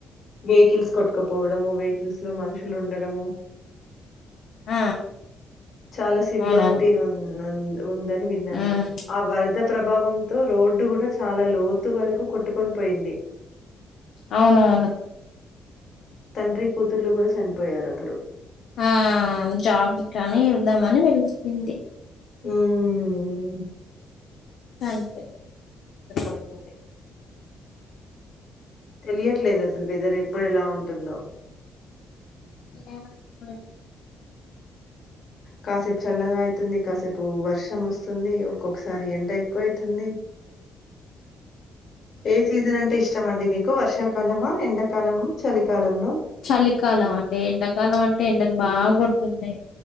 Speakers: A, on the left (about 55°); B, on the left (about 70°).
A: వెహికిల్స్ కొట్కపోవడము వెహికిల్స్ లో మనుషులు ఉండడము
B: ఆ
A: చాలా సివియారిటీ
B: అవునవును
A: ఉ ఉందని విన్నాను
B: ఉమ్,
A: ఆ వరద ప్రభావంతో రోడ్డు గూడా చాలా లోతు వరకు కొట్టుకొని పోయింది
B: అవునవును
A: తండ్రి కూతుర్లు కూడా చనిపోయారు అప్పుడు
B: ఆ జాబ్ కనీ వెళ్దామని వెళ్తుంది
A: ఉమ్
B: చనిపోయింది ఇద్దరు కొట్కబోయి
A: తెలియట్లేదు అసలు వెదర్ ఎప్పుడు ఎలా ఉంటుందో
B: ఏ <unintelligible>
A: కాసేపు చల్లగా అయితుంది కాసేపు వర్షం వస్తుంది ఒక్కొక్కసారి ఎండ ఎక్కువ అయితుంది <inaudible> ఏ సీజన్ అంటే ఇష్టం అండి మీకు వర్షాకాలమా ఎండాకాలము చలికాలంలో
B: చలికాలం అండి ఎండాకాలం అంటే ఎండలు బాగా గొడుతున్నాయి